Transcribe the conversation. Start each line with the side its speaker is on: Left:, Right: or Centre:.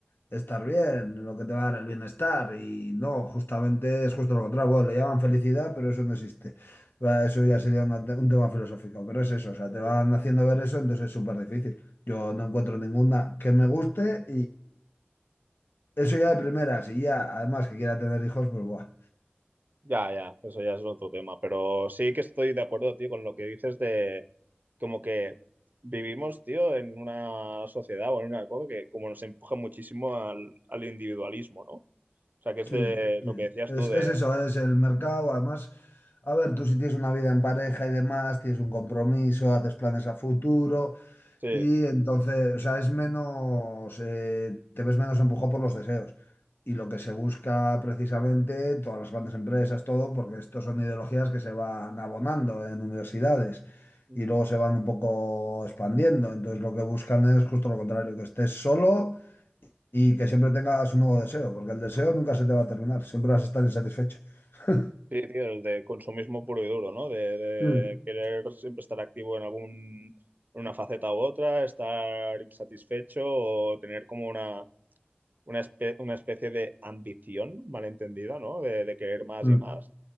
Left: estar bien, lo que te va a dar el bienestar. Y no, justamente es justo lo contrario. Bueno, le llaman felicidad, pero eso no existe. Va, Eso ya sería una te- un tema filosófico, pero es eso, o sea,
Right: Eh,
Left: te van haciendo ver eso, entonces es súper difícil. Yo no encuentro ninguna que me guste eso ya de primeras, y ya, además que quiera tener hijos, pues buah.
Right: Ya, ya, eso ya es otro tema, pero sí que estoy de acuerdo, tío, con lo que dices de como que vivimos, tío, en una sociedad o en una época que como nos empuja muchísimo al, al individualismo, ¿no? O sea, que es
Left: Sí,
Right: de
Left: sí.
Right: lo que decías
Left: Es,
Right: tú de,
Left: es eso, es el mercado. Además, a ver, tú si tienes una vida en pareja y demás, tienes un compromiso, haces planes a futuro,
Right: sí,
Left: y entonces, o sea, es menos, eh, te ves menos empujado por los deseos. Y lo que se busca precisamente, todas las grandes empresas, todo, porque estos son ideologías que se van abonando en universidades
Right: Ujú.
Left: y luego se van un poco expandiendo. Entonces, lo que buscan es justo lo contrario, que estés solo Y que siempre tengas un nuevo deseo, porque el deseo nunca se te va a terminar, siempre vas a estar insatisfecho. <laughs>
Right: sí, tío, el de consumismo puro y duro, ¿no? De, de
Left: Mm,
Right: querer siempre estar activo en algún, en una faceta u otra, estar insatisfecho o tener como una una, espe- una especie de ambición malentendida, ¿no? De, de querer más
Left: mm,
Right: y más.